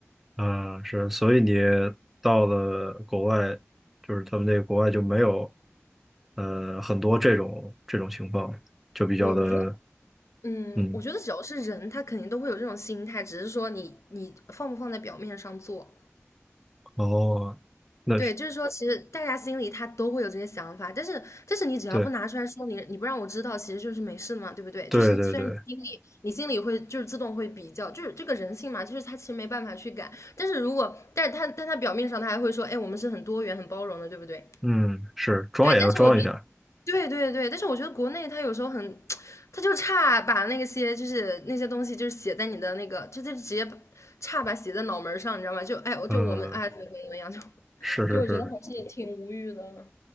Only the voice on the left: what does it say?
我我觉得，嗯，
我觉得只要是人，他肯定都会有这种心态，只是说你你放不放在表面上做。
对，就是说，其实大家心里他都会有这些想法，但是但是你只要不拿出来说你，
你不让我知道，其实就是没事嘛，对不对？
就是你虽然你心里你心里会就是自动会比较，就是这个人性嘛，就是他其实没办法去改。但是如果但是他但他表面上他还会说，哎，我们是很多元很包容的，对不对？
对，但是我觉得对对对，但是我觉得国内它有时候很，<tsk> 它就差把那些就是那些东西就是写在你的那个，就就直接把差把写在脑门儿上，你知道吗？就哎，我就我们哎怎么怎么样，
就
就我觉得还是也挺无语的。